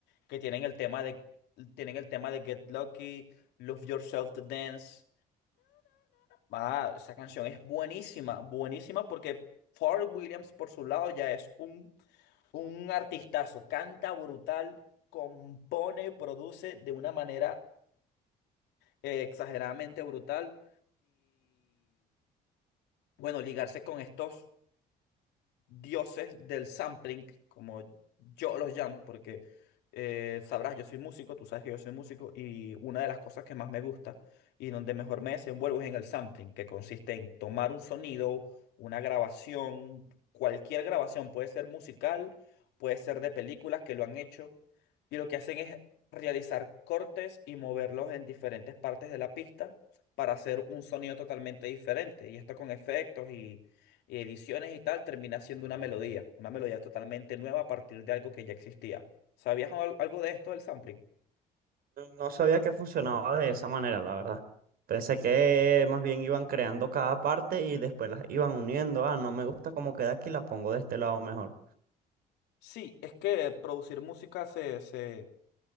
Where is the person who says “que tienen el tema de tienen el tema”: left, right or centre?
Left